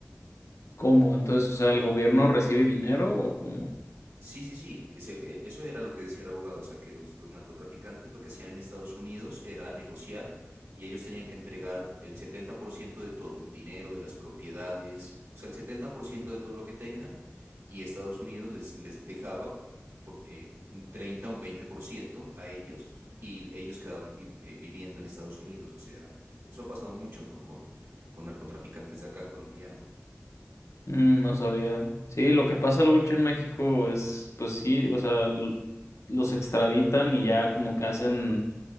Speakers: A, on the left; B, on the right.
A: ¿cómo? Entonces, o sea, ¿el gobierno recibe dinero o cómo?
B: Sí, sí, sí, ese, eh, eso era lo que decía el abogado, o sea, que los, los narcotraficantes lo que hacían en Estados Unidos era negociar y ellos tenían que entregar el 70% de todo, del dinero, de las propiedades, o sea, el 70% de todo lo que tengan y Estados Unidos les, les dejaba por, eh, un 30, un 20% a ellos y ellos quedaban vi- eh, viviendo en Estados Unidos, o sea, eso ha pasado mucho, ¿no? Con, con narcotraficantes de acá, colombianos.
A: Mm, no sabía. Sí, lo que pasa mucho en México es, pues sí, o sea, l- los extraditan y ya como que hacen